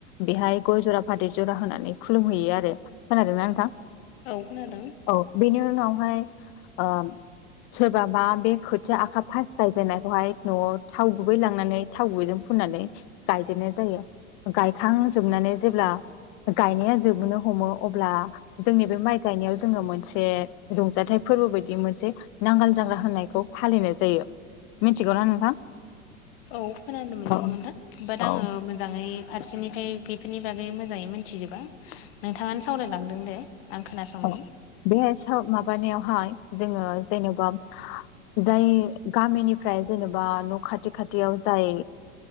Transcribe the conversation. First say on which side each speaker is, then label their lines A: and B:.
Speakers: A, on the left (about 30°); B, on the left (about 45°).
A: बेहाय गजरा फाथै जरा होनानै खुलुमहैयो आरो खोनादोंना नोंथां
B: औ खोनादों।
A: औ बेनि उनावहाय ओ सोरबाबा बे खोथिया आखा फास गायजेननायखौहाय न'आव थाव गुबै लांनानै थाव गुबैजों फुननानै गायदेरनाय जायो गायखां जोबनानै जेब्ला गायनाया जोबोनो हमो अब्ला जोंनि बे माइ गायनायाव जोङो मोनसे रंजा थाइ फोरबो बायदि मोनसे नांगाल जांग्रा होननायखौ फालिनाय जायो। मिथिगौना नोंथां
B: औ खोनानो मोनदों
A: औ
B: नोंथां बाट
A: औ
B: आङो मोजाङै फारसेनिफ्राय बेफोरनि बागै मोजाङै मिथिजोबा नोंथाङानो सावरायलांदों दे आं खोनासंनि
A: अ बे माबानायावहाय जोङो जेनेबा जाय गामिनिफ्राय जेनेबा न' खाथि खाथियाव जाय